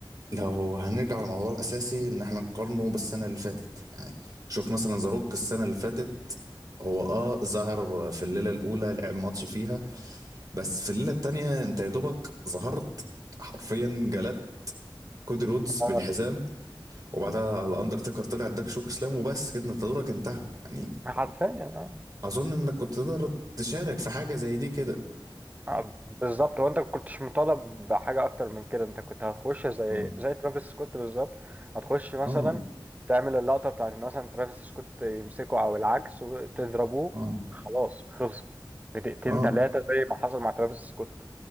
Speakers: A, on the right; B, on the right.
A: لو هنرجع للموضوع الأساسي إن إحنا نقارنه بالسنة اللي فاتت يعني شوف مثلا زاروك السنة اللي فاتت هو آه ظهر في الليلة الأولى لعب ماتش فيها بس في الليلة التانية أنت يا دوبك ظهرت حرفيا جلدت كودي رودز بالحزام
B: آه،
A: وبعدها الأندرتيكر طلع اداك شوك سلام وبس كده أنت دورك انتهى يعني
B: <laughs> حرفيا
A: أظن إنك كنت تقدر تشارك في حاجة زي دي كده
B: آه، بالظبط هو انت ما كنتش مطالب بحاجه اكتر من كده انت كنت هتخش زي
A: <coughs> آه
B: زي ترافيس سكوت بالظبط هتخش مثلا
A: آه
B: تعمل اللقطه بتاعت ان مثلا ترافيس سكوت يمسكه او العكس وتضربوه
A: آه
B: خلاص خلص في دقيقتين
A: آه
B: ثلاثه زي ما حصل مع ترافيس سكوت